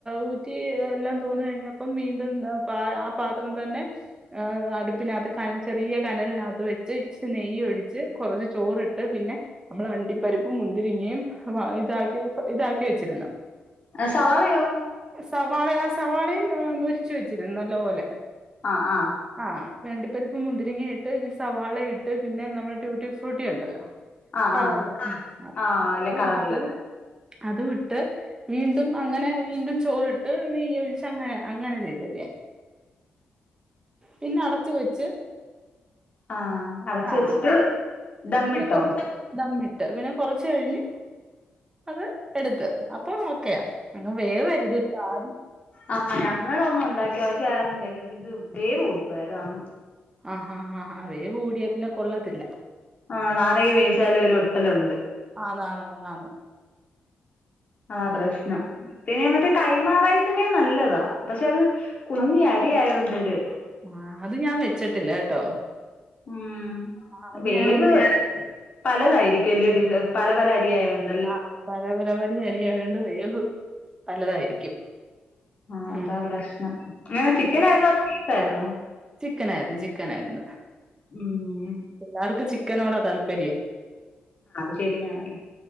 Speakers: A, on the right; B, on the left.
A: ഊറ്റി എല്ലാം തോന്ന കഴിഞ്ഞപ്പം വീണ്ടും ആ പാത്രം തന്നെ അടു പ്പിനാത്ത് കനൽ ചെറിയ കനലിനകത്ത് വെച്ച് ഇച്ചിരി നെയ്യ് ഒഴിച്ച് കുറച്ച് ചോറിട്ട് പിന്നെ നമ്മൾ അണ്ടിപ്പരിപ്പും മുന്തിരിങ്ങയും ഇതാക്കി ഇതാക്കി വെച്ചിരുന്നു.
B: സവാളയോ?
A: സവാള ആ സവാളയും മെരിച്ച് വെച്ചിരുന്നു നല്ല പോലെ
B: ആഹ് ആഹ്.
A: ആഹ് അണ്ടിപ്പരിപ്പ് മുന്തിരിങ്ങ ഇട്ട് സവാള ഇട്ട് പിന്നെ നമ്മുടെ ട്യൂട്ടി ഫ്രൂട്ടി ഉണ്ടല്ലോ.
B: ആ
A: കളർല്ലെ
B: ആ ആ ഇല്ല
A: അതും
B: കളറില്
A: ഇട്ട് അത് വിട്ട് വീണ്ടും അങ്ങനെ വീണ്ടും ചോറിട്ട് നെയ്യ് ഒഴിച്ച് അങ്ങനെ അങ്ങനെ ചെയ്തേത് ഞാൻ പിന്നെ അടച്ചു വെച്ച്
B: ആഹ് അടച്ചു
A: ആ
B: വെച്ചിട്ട് ദമ്മിട്ടോ?
A: പിന്നെ കുറച്ച് ദമ്മിട്ട് പിന്നെ കൊറച്ച് കഴിഞ്ഞ് അത് എടുത്ത് അപ്പൊ ഓക്കെയ അങ്ങ് വേവരുത് ഒരു പാതി
B: ആഹ് ഞങ്ങള ഒന്ന് ഉണ്ടാക്കിയ പക്ഷെ ഇത് വേവ് കൂടിപ്പോയായിരുന്നു അന്ന്
A: ആഹ് ആഹാ ആഹ് അവേ കൂടിയതിനെ കൊള്ളത്തില്ല
B: ആഹ് നാരകി വീശാലും ഒരു ഒട്ടലുണ്ട്-
A: ആണ് ആണ് ആണ്
B: ആഹ് പ്രശ്നം പിന്നെ മറ്റേ കൈമാറായസിന്റെ നല്ലതാ പക്ഷെ അത് കുഞ്ഞിയി ശരി ആയിട്ട് ഒരു
A: ആഹ് അത് ഞാൻ വെച്ചിട്ടില്ല കേട്ടോ-
B: ഉം
A: ആ അത്
B: വേവ്
A: ഞാനങ്ങനെ വെച്ചിട്ടില്ല
B: പലതായിരിക്കുംല്യോ ഡിഫ പല പല അരിയയുണ്ട്-
A: ആഹ് പല പരിപാടി അരി ആയോണ്ട് വേവ് പലതായിരിക്കും.
B: ആഹ് അതാ
A: ഉം
B: പ്രശ്നം അങ്ങനെ ചിക്കൻ ആയിരുന്നോ അതോ ബീഫ് ആയിരുന്നോ?
A: ചിക്കൻ ആയിരുന്നു ചിക്കനായിരുന്നു.
B: ഉം.
A: പിള്ളേർക്ക് ചിക്കനോടാ താല്പര്യം-
B: ആഹ് അത് ശരിയാണല്ലേ